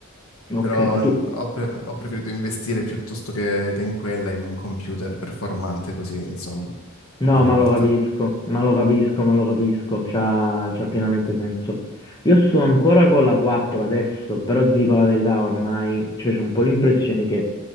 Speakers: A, on the left; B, on the left.
A: Ok,
B: però
A: ma tu
B: mm, ho, pre- ho preferito investire piuttosto che, che in quella, in un computer performante, così insomma
A: No,
B: ho più libertà.
A: ma lo capisco, ma lo capisco, ma lo capisco, c'ha, c'ha pienamente senso. Io sto ancora con la 4 adesso, però ti dico la verità ormai, cioè c'è un po' l'impressione che